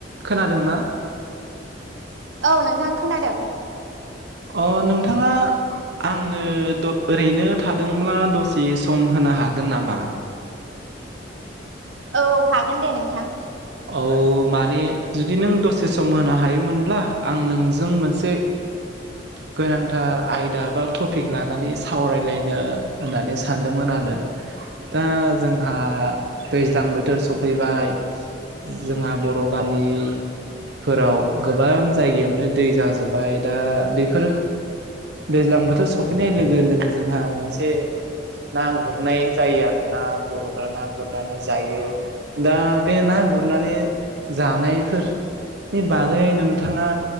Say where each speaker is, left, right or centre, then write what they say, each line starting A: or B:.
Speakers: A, on the right (about 65°); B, on the right (about 80°).
A: खोनादोंना?
B: औ नोंथां खोनादों।
A: अ नोंथाङा आंनो ओरैनो थादोंब्ला दसे सम होनो हागोन नामा?
B: औ हागोन दे नोंथां।
A: औ माने जुदि नों दसे सम होनो हायोमोनब्ला आं नोंजों मोनसे गोनांथार आयदा बा टपिक लानानै सावरायलायनो होननानै सानदोंमोन आरो दा जोंहा दैज्लां बोथोर सफैबाय। जोंहा बर' गामिफोराव गोबां जायगायावनो दै जाजोबबाय दा बेफोर दैज्लां बोथोर सफैनाय लोगो लोगो जोंहा मोनसे ना गुरनाय जायो आरोना बर'फ्रा ना गुरनानै जायो दा बे ना गुरनानै जानायफोरनि बागै नोंथाङा